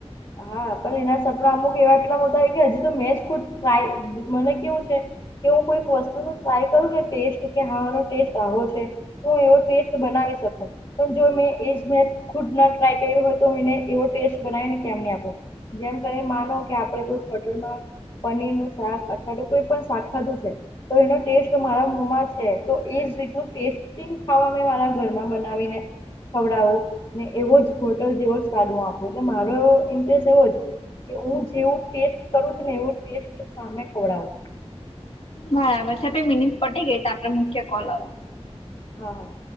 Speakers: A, on the left (about 45°); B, on the left (about 60°).
A: હા પણ એના સપના અમુક એવા એટલા મોટા હોય કે હજી તો મેચ ખુદ ટાય મને કેવું છે કે હું કોઈક વસ્તુનું ટ્રાય કરું ને ટેસ્ટ કે હાનો ટેસ્ટ આવો છે. તો એવો ટેસ્ટ બનાવી શકું પણ જો મેં એજ મે ખુ ટ્રાય કર્યો હોય તો એને એવો ટેસ્ટ બનાવી ને કેમને આપો જેમ કરી માનો કે આપડણે કોઈક હોટલમાં પનીરનું શાક અઠવાડિયું કોઈ પણ શાક ખાધું છે. તો એનો ટેસ્ટ મારા મોમાં છે તો એજ રીતનું ટેસ્ટ ખાવા મારા ઘરમાં બનાવીને ખવડાવું ને એવો જ હોટલ જેવો જ સ્વાદ હું આપું તો મારો ઇન્ટરેસ્ટ એવો જ કે હું જેવું ટેસ્ટ કરું છું ને એવું ટેસ્ટ સામે ખવડાવું
B: બરાબર છે આપડી મિનિટ પતી ગઈ તો આપડે મૂકીએ કોલ હવે
A: હા હા.